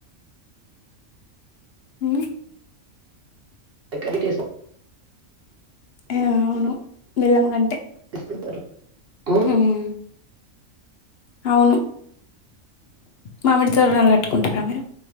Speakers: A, on the left; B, on the right.
A: మ్మ్
B: దగ్గర టెస్ట్
A: ఆ అవును బెల్లం కంటే
B: చేసుకుంటారు. హ్మ్.
A: మ్మ్ అవును మామిడి తోరణాలుకట్టుకుంటారా మీరు